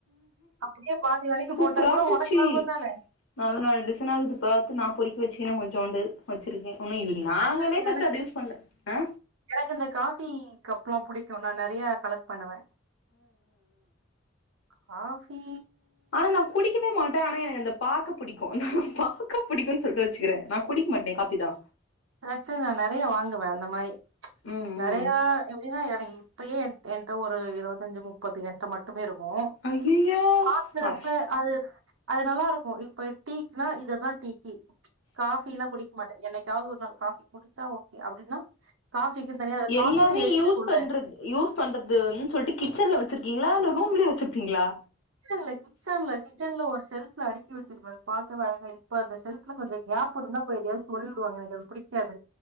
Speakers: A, on the right; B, on the left.
A: அப்டியே பாதி வெலைக்கு
B: சூப்பரா
A: போட்டா கூட
B: இருந்துச்சு
A: உனக்கு லாபந்தான
B: நல்ல நல்ல டிசைனா பார்த்து நா பொறிக்கி வெச்சிகன கொஞ்சோண்டு வச்சிருக்கேன் உன்னு இது நாங்களே
A: ஆக்சுவலி
B: ஃபர்ஸ்ட்
A: எனக்கு
B: அத யூஸ் பண்ல அ
A: எனக்கு இந்த காஃபி கப்லாம் புடிக்கும் நா நெறைய கலெக்ட் பண்ணுவே காஃபீ
B: ஆனா நா குடிக்கவே மாட்டே ஆனா எனக்கு அந்தப் பாக்க பிடிக்கும் பாக்க புடிக்கும்னு சொல்டு வெச்சுக்கிறே நா குடிக்க மாட்டே காப்பிதா
A: ஆக்சுவலா நா நெறைய வாங்குவேன் அந்த மாரி
B: ம்
A: நிறைய
B: ம்
A: எப்டினா எனக்கு இப்பயே என் என்ட்ட ஒரு இருபத்தஞ்சு முப்பது என்ட்ட ம ட்டுமே இருக்கு
B: ஐயையோ
A: பாக்கறப்ப
B: ஆ
A: அது அது நல்லா இருக்கும் இப்ப டீக்னா இததா டீக்கி காஃபி எல்லா குடிக்க மாட்டே என்னைக்காவது ஒரு நாள் காஃபி குடிச்சா ஓக்கே அப்டினா காபிக்கு தனியா அது காஃபினு
B: எல்லாமே
A: எழுதிருக்குள்ள
B: யூஸ் பண்றது யூஸ் பண்றதுன் சொல்லிட்டு கிச்சன்ல வெச்சிருக்கீங்களா இல்ல ரூம்லயே வெச்சிருப்பீங்களா
A: கிச்சன்ல கிச்சன்ல கிச்சன்ல ஒரு ஷெல்ப்ல அடுக்கி வெச்சிருப்பே பாக்கவே அழகா இப்ப அந்த ஷெல்ப் கொஞ்ச கேப் இருந்தா போய் எதாவது பொருள்வாங்கு எனக்கு அது புடிக்காது